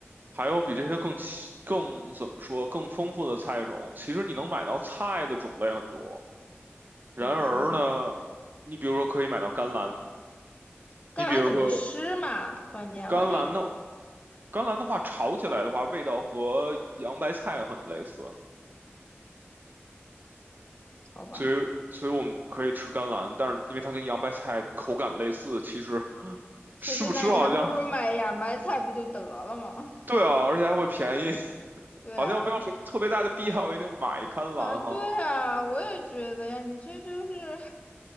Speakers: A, on the right; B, on the left.
A: 还有比这些更齐更怎么说更丰富的菜种，其实你能买到菜的种类很多。然而呢，
B: 比如说
A: 你比如说可以买到甘蓝，
B: 干嘛怎么吃嘛，
A: 你比如说
B: 关键问题
A: 甘蓝的甘蓝的话，炒起来的话，味道和洋白菜很类似，
B: 好吧。
A: 所以所以我们可以吃甘蓝，但是因为它跟洋白菜口感类似，其实 <laughs>
B: 其实那你还不如买芽白菜不就得了吗？
A: 吃不吃好像对啊，而且还会便宜，<laughs>
B: <laughs> 对啊。
A: 好像没有什么特别大的必要一定买甘蓝哈，
B: 啊，对啊，我也觉得呀，你这就是